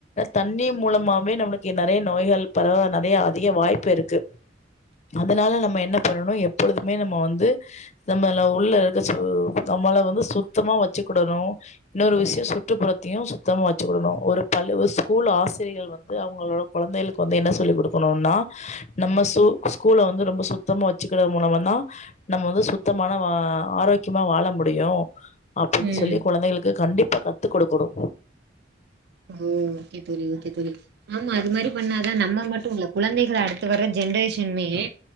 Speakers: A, on the left; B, on the right.
A: தண்ணி மூலமாவே நம்ளுக் கே நறைய நோய்கள் பரவ நறையா அதிக வாய்ப்பிருக்கு அதனால நம்ம என்ன பண்ணணு எப்பொழுதுமே நம்ம வந்து நம்மள உள்ள இருக்க சு நம்மள வந்து சுத்தமா வச்சுக்கிடணு இன்னொரு விஷியோ சுற்றுப்புறத்தையு சுத்தமா வச்சுக்கிடணு ஒரு பள் ஸ்கூல் ஆசிரியர்கள் வந்து உங்களோட கொழந்தைகளுக்கு வந்து என்ன சொல்லி் குடுக்கணுனா நம்ம சு ஸ்கூல வந்து ரொம்ப சுத்தமா வச்சுக்கறது மூலமதா நம்ம வந்து சுத்தமான வா ஆரோக்யமா வாழ முடியு அப்டின்னு
B: ம்
A: சொல்லி குழந்தைகளுக்கு கண்டிப்பா கத்து குடுக்கணு
B: ஓ ஓகேதோழி ஓகேதோழி ஆமா அதுமாரி பண்ணாதா நம்ம மட்டு இல்ல குழந்தைகள் அடுத்து வர்ற ஜென்ரேஷன்மே